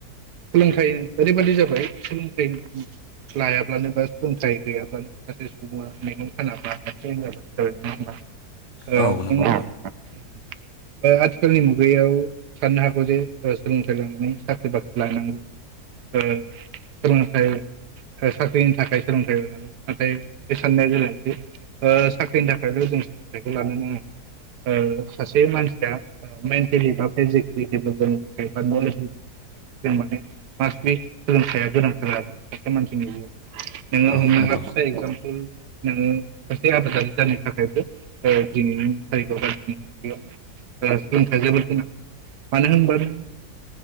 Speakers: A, on the right; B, on the left.
A: सोलोंथाइ ओरैबायदि जाबाय सोलोंथाइ लायाब्लानो बा सोलोंथाइ गैयाब्लानो सासे सुबुङा मेगन खानाबा <unintelligible> जाबाय नङा होमबा <unintelligible>
B: औ नंगौ
A: ओ आथिखालनि मुगायाव साननो हागौ जे ओ सोलोंथाइ लानानै साख्रि बाख्रि लानांगौ बा ओ सोलोंथाइ साख्रिनि थाखाय सोलोंथाइ लानांगौ नाथाय बे साननाया गोन्थि ओ साख्रिनि थाखायल' जों सोलोंथाइखौ लानो नाङा सासे मानसिया ओ मेन्टेलि बा फिजिकेलि डेब्लप जानो थाखाय बा <unintelligible> थाखाय जों माने मासलि सोलोंथाइया गोनांथार आरो सासे मानसिनि जि नोङो
B: औ
A: हमना
B: नंगौ
A: ला <unintelligible> नोङो सासे आबादारि जानो थाखायबो दिनैनि थारिखआव बा दिनैनि मुगायाव ओ सोलोंथाइया जोबोद गोनां मानो होनबा नों